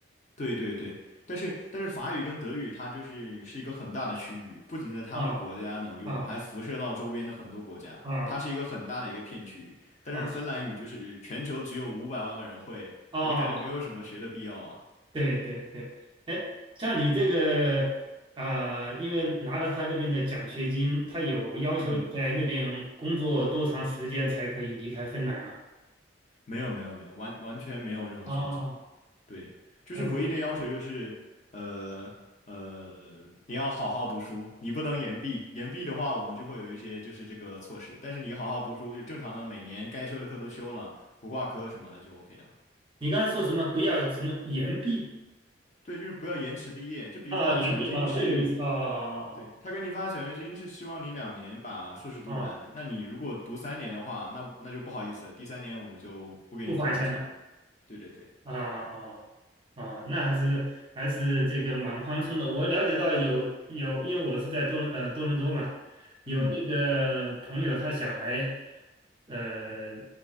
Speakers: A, on the left; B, on the right.
A: 对对对，但是但是法语跟德语它就是是一个很大的区域，不仅在他们国家能用，
B: 啊啊
A: 还辐射到周边的很多国家，
B: 啊
A: 它是一个很大的一个片区。但是芬兰语就是全球只有五百万个人会，
B: 啊啊，
A: 我就感觉没有什么学的必要啊。
B: 对对对，哎，像你这个啊、因为拿了他那边的奖学金，他有要求你在那边工作多长时间才可以离开芬兰吗？
A: 嗯，没有没有没有，完完全没有任何限制。
B: 啊，
A: 对，就是唯一的要求就是，
B: 还是。
A: 呃呃，你要好好读书，你不能延毕。延毕的话，我们就会有一些就是这个措施。但是你好好读书，就正常的每年该修的课都修了，不挂科什么的就 OK 了。
B: 你刚才说什么？不要什么岩壁
A: 对，就是不要延迟毕业。就比如说他奖学金是，
B: 啊，岩壁啊，这个意思啊
A: 对，他给你发奖学金是希望你两年把硕士读完。
B: 啊，
A: 那你如果读三年的话，那那就不好意思，第三年我们就不给你提供钱。
B: 不罚钱的。
A: 对对对，
B: 啊啊啊！那还是还是这个蛮宽松的。我了解到有有，因为我是在多伦呃多伦多嘛，有那个朋友他小孩，
A: 嗯
B: 呃，